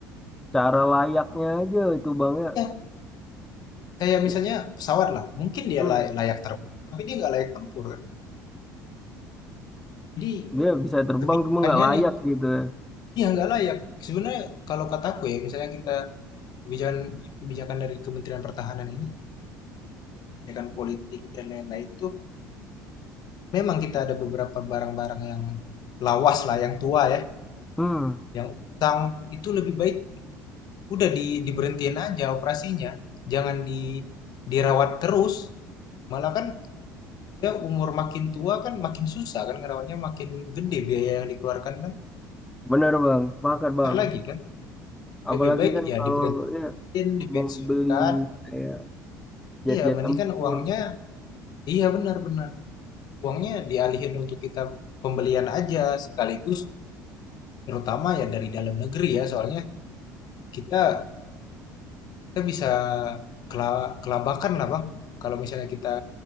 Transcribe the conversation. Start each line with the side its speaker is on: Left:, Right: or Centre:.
Centre: cara layaknya aja itu bang ya
Left: Ya, kayak
Centre: It-
Left: misalnya pesawat lah mungkin dia
Centre: hmm,
Left: lay- layak terbang tapi dia nggak layak tempur kan jadi
Centre: dia bisa terbang
Left: kebijakannya
Centre: cuma nggak layak
Left: nih
Centre: gitu ya.
Left: dia nggak layak sebenarnya kalau kataku ya misalnya kita kebijakan kebijakan dari Kementerian Pertahanan ini kebijakan politik dan lain-lain itu memang kita ada beberapa barang-barang yang lawas lah yang tua ya
Centre: hmm
Left: yang utang itu lebih baik udah di diberhentiin aja operasinya jangan di dirawat terus malah kan dia umur makin tua kan makin susah kan ngerawannya makin gede biaya yang dikeluarkan kan
Centre: benar bang sepakat
Left: besar
Centre: bang
Left: lagi kan
Centre: apalagi
Left: lebih baik
Centre: kan
Left: ya
Centre: kalau
Left: diberhentiin
Centre: ya
Left: dipensiunkan
Centre: mau beli kayak jet-jet
Left: iya mending
Centre: tempur
Left: kan uangnya iya benar-benar uangnya dialihin untuk kita pembelian aja sekaligus terutama ya dari dalam negeri ya soalnya kita kita bisa kela- kelabakan lah bang kalau misalnya kita